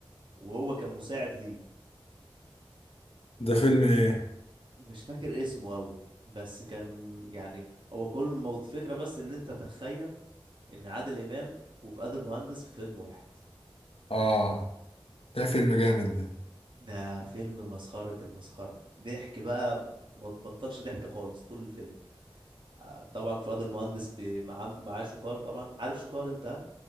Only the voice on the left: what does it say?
ده فيلم ايه
اه ده فيلم جامد ده